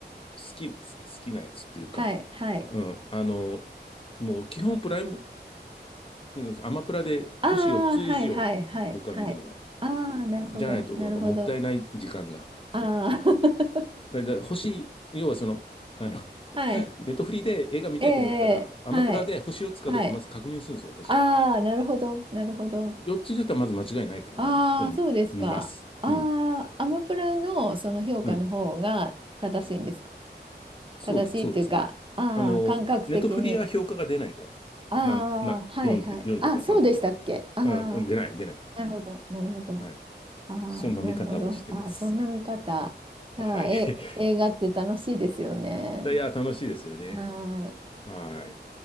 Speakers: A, on the left; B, on the right.
A: 好き、好き、好きなやつっていうか、
B: はい、はい。
A: うん。あの、もう、基本プライム、うんアマプラで星4つ以上、
B: ああ、はい、はい、はい、
A: 僕は見るのは。
B: はい。ああ、なるほど、
A: じゃないと、
B: なるほど。
A: なんかもったいない時間が。
B: ああ、<laughs>
A: だ、だ、星、要はその、あの、
B: はい。
A: <laughs> ネットフリで映画見たいと思ったら、
B: ええ、
A: アマプラで星4つかどうかまず確認するんですよ、
B: ええはい。はい。
A: 私。
B: ああ、なるほど、なるほど。
A: 4つ以上だったらまず間違いないから、
B: ああ、
A: それ見ます。
B: そうですか。ああ、
A: うん。
B: アマプラのその評価の方が正しいんですか。
A: うん。そう、
B: 正しいっていうか、
A: そうですね。
B: ああ、
A: あの、
B: 感覚的に。
A: ネトフリは評価が出ないから。
B: ああ、
A: なん、な、
B: はいはい。
A: 4て、4とか3とか。
B: あ、そうでしたっけ。ああ、
A: うん、うん出ない、出ない。
B: なるほど、なるほど。
A: はい。
B: ああ、
A: そんな見方をしてます。
B: なるほど。ああ、そんな見方。
A: あはい。
B: ああー、え、
A: <laughs>
B: 映画って楽しいですよね。
A: いや、楽しいですよね。
B: はーい。
A: はい。